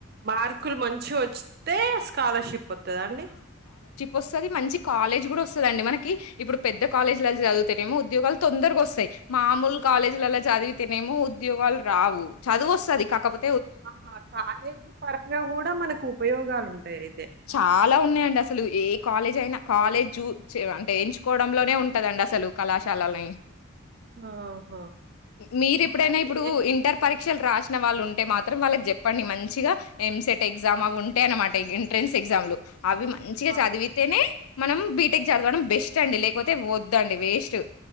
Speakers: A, on the right; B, on the left.
A: మార్కులు మంచి చ్ వత్తే స్కాలర్షిప్ వత్తాదండి
B: వస్తది మంచి కాలేజ్ కూడా వస్తదండి. మనకి ఇప్పుడు పెద్ద కాలేజీలల చదువుతనేమో ఉద్యోగాలు తొందరగా వస్తయ్. మామూలు కాలేజీలలో చదివితేనేమో ఉద్యోగాలు రావు చదువు వస్తది కాకపో
A: ఆహా కాలేజీ పరంగా కూడా మనకు ఉపయోగాలు ఉంటాయి.
B: చాలా ఉన్నాయిండి అసలు ఏ కాలేజ్ అయినా కాలేజు చు చ అంటే ఎంచుకోవడంలోనే ఉంటదండి. అసలు కళాశాలలనే
A: ఆహా!
B: మీరు ఎప్పుడైనా
A: అయితే
B: ఇప్పుడు ఇంటర్ పరి క్షలు రాసిన వాళ్ళు ఉంటే మాత్రం వాళ్ళకి జెప్పండి. మంచిగా ఎంసెట్ ఎగ్జామ్ అవి ఉంటే అనమాట ఇన్ ట్రెన్స్ ఎగ్జామ్లు అవి మంచిగా
A: ఆ!
B: చదివితేనే మనం బీటెక్ చదవడం బెస్ట్ అండి. లేకపోతే వద్దండి వేస్ట్